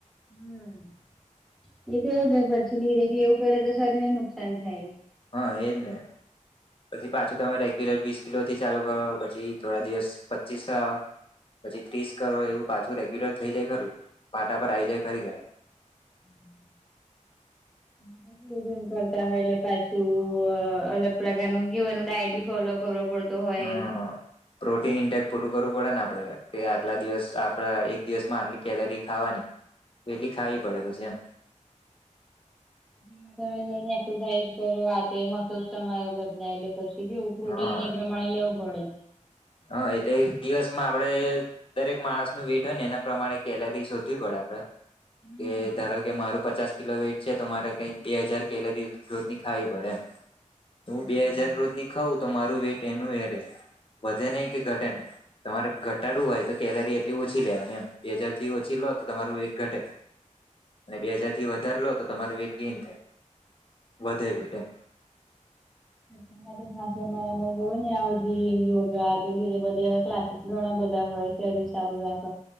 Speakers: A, in the centre; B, on the left.
A: હા એ તો એવુજ પછી એવું તો શરીર ને નુકસાન થાય.
B: હા એજ ને પછી પાછું તમે રેગ્યુલર વીસ કિલો થી ચાલુ કરો પછી થોડા દિવસ પચીસ પછી ત્રીસ કરો એવું પાછું રેગ્યુલર થઈ જાય ખરું પાટા પર આવી જાય ખરી ગાડી.
A: હમ્મ. <unintelligible> જીમ કરતા હોય એટલે પાછું અલગ પ્રકારનું કેવુ ડાયટ બી ફોલો કરવો પડ તો હોય
B: હા પ્રોટીન ઇન્ટેક પૂરું કરવું પડે ને આપડે કે આટલા દિવસ આપણા એક દિવસમાં આટલી કેલરી ખાવાની એટલી ખાવી પડે પછી એમ
A: જિમ માં તમે જઈને એક્સરસાઇઝ કરો આ તે મસ્લશ તમારા બદલાય એટલે પછી કેવુ પ્રોટીન
B: હા
A: એ પ્રમાણે લેવું પડે
B: હા એટલે એક દિવસમાં આપડે દરેક માણસનું વેટ હોય ને એના પ્રમાણે કેલરી શોધવી પડે આપણે
A: હમ
B: કે ધારો કે મારું પચાસ કિલો વેઇટ છે તો મારે કંઈક બે હજાર કેલરી રોજની ખાવી પડે એમ હું
A: બરાબર.
B: બે હજાર રોજની ખઉું તો મારું વેટ એનું એ રેય વધે નહીં કે ઘટે નહી તમારે ઘટાડવું હોય તો કેલરી એટલી ઓછી લેવાની એમ બે હજાર થી ઓછી લો તો તમારું વેટ ઘટે અને બે હજાર થી વધારે લો તો તમારુ વેટ ગેઈન થાય વધે વેટ એમ
A: અત્યના તો ખાસે હોય ને આવ જીમ યોગા કે બીજા બધા ક્લાસીસ ઘણા બધા હોય અત્યારે સારું રાગ